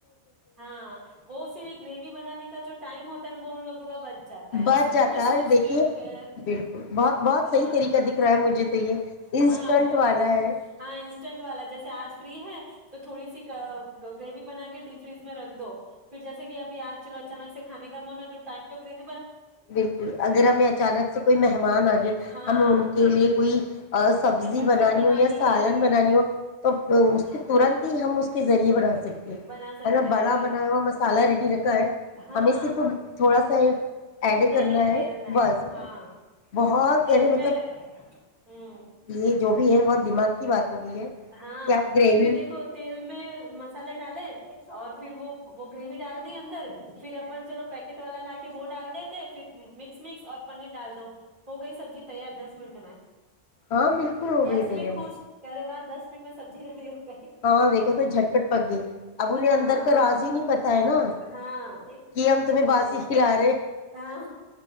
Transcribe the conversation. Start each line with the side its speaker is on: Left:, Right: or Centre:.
Right: ہاں وہ صرف گریوی بنانے کا جو ٹائم ہوتا وہ ان لوگوں کا <unintelligible>
Left: بچ
Right: ایسا
Left: جاتا
Right: تو میں
Left: ہے
Right: سوچتی
Left: اور دیکھیے
Right: ہوں کہ
Left: بلکل بہت بہت
Right: ہاں
Left: صحی طریقہ دیکھ رہا ہے مجھے تو یہ
Right: ہاں
Left: انسٹنٹ
Right: تو
Left: والا ہے
Right: ہاں انسٹنٹ والا جیسے آج فری ہے تو تھوڑی سی گریوی بنا کے ڈی فریج میں رکھ دو پھر جیسے کہ ابھی آج چلو اچانک سے کھانے کا من ہے تو ٹایم گ
Left: بلکل اگر ہمیں اچانک سے کوئی مہمان آ جائے
Right: ہاں
Left: ںم ان کے لی کوئی سبزی
Right: کہ فٹ
Left: بنانی
Right: فٹ
Left: ہو یا سالن
Right: ہے
Left: بنانی ہو تو اس
Right: ہاں
Left: کے ترنت ہی ہم اس کے ذریعے بنا سکتے ہیں
Right: بنا سکتے
Left: بڑا
Right: تو
Left: بنا ہوا مسالہ ریڈی رکھا ہے
Right: ہاں
Left: ہمیں صرف تھوڑا سا
Right: بھوننا
Left: ایڈ کرنا
Right: ہی
Left: ہے
Right: تیل میں
Left: بس
Right: ہاں
Left: بہت
Right: تیل
Left: یعنی
Right: میں
Left: مطلب
Right: ہوں
Left: یہ جو بھی ہے بہت دماغ کی بات ہو گئی ہے
Right: ہاں
Left: کہ آپ گریوی
Right: کیونکہ دیکھو تیل میں مسالے ڈالے اور پھر وہ وہ گریوی ڈال دی اندر پھر اپن چلو پیکٹ والا لا کے وہ ڈال تھے پھر مکس مکس اور پنیر ڈال دو ہو گئی سبزی تیار دس منٹ میں
Left: ہاں بالکل ہو
Right: جیسے
Left: گئی تیار
Right: بھی خوش کیا رے واہ دس منٹ میں سبزی کر رہی ہوں
Left: ہاں دیکھو تو جھٹپٹ پک گئی اب انہیں
Right: ہاں
Left: اندر کا راز ہی نہیں پتا ہے نا
Right: ہاں
Left: کہ اب تمہیں
Right: بھائی
Left: بازی کھلا رہے
Right: ہاں